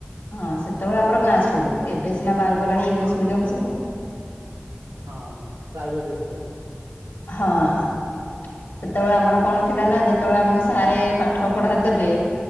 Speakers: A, on the left; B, on the right.
A: ହଁ ସେତେବେଳେ ଆମର ଗାଁ ସ୍କୁଲ ଏବେ ସିନା ବାହାରି ପଇଲାଣି ଇଂଲିଶ
B: ହଁ
A: ମିଡିୟମ ସବୁ।
B: ହଁ ପ୍ରାଇଭେଟ ସ୍କୁଲ।
A: ହଁ। ସେତେବେଳେ ଆମର କଣ ଥିଲା ନା ଯେତେବେଳେ ଆମକୁ ସାରେ ପାଠ ପଢା ଦେବେ।